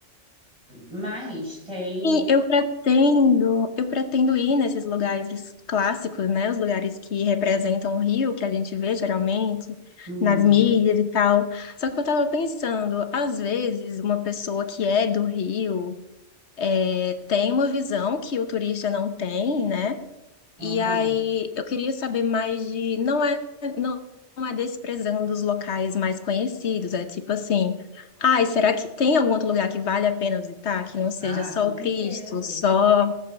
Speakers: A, on the right (about 25°); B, on the left (about 65°).
A: mas tem.
B: Sim, eu pretendo, eu pretendo ir nesses lugares clássicos, né? Os lugares que representam o Rio, que a gente vê geralmente
A: Uhum,
B: nas milhas e tal. Só que eu tava pensando, às vezes uma pessoa que é do Rio eh, tem uma visão que o turista não tem, né?
A: aham.
B: E aí eu queria saber mais de, não é, não não é desprezando os locais mais conhecidos, é tipo assim, ai, será que tem algum outro lugar que vale a pena visitar, que não seja
A: Ah,
B: só
A: com
B: o
A: certeza.
B: Cristo, só